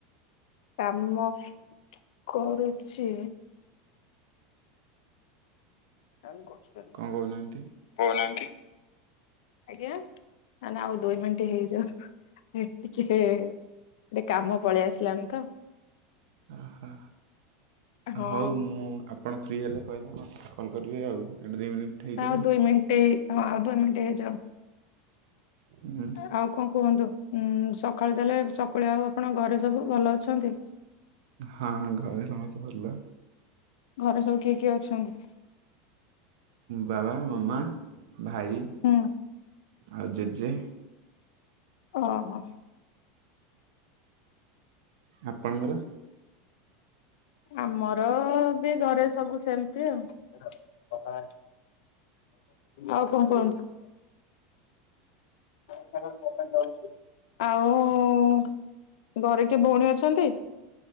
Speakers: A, on the left; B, on the right.
A: କାମ କରୁଛି। <inaudible>
B: କଣ କହୁନାହାନ୍ତି?
A: କହୁନାହାନ୍ତି ଆଜ୍ଞା ଆଉ ଦୁଇ ମିନିଟ ହେଇଯାଉ। ଟିକେ ଗୋଟେ କାମ ପଳେଇ ଆସିଲାଣି ତ।
B: ଓହ
A: ହଁ
B: ହଉ ମୁଁ ଆପଣ ଫ୍ରି ହେଲେ କହିବି ମୁଁ କଲ କରିବି ଆଉ। ଏଠି ଦି ମିନିଟ୍ ହେଇଯାଉ।
A: ଆଉ ଦୁଇ ମିନିଟ ହଁ ଆଉ ଦୁଇ ମିନିଟ ହେଇଯାଉ।
B: ହୁଁ
A: ଆଉ କଣ କୁହନ୍ତୁ? ଉଁ ସକାଳୁ ଦେଲେ ସକାଳେ ଆଉ ଆପଣ ଘରେ ସବୁ ଭଲ ଅଛନ୍ତି।
B: ହଁ ଘରେ ସମସ୍ତେ ଭଲ।
A: ଘରେ ସବୁ କିଏ କିଏ ଅଛନ୍ତି?
B: ବାବା ମାମା ଭାଇ
A: ହୁଁ
B: ଆଉ ଜେଜେ।
A: ଓହୋ।
B: ଆପଣଙ୍କର?
A: ଆମର ବି ଘରେ ସବୁ ସେମତି ଆଉ। ଆଉ କଣ କୁହନ୍ତୁ? <unintelligible> ଆଉ ଘରେ କିଏ ଭଉଣୀ ଅଛନ୍ତି?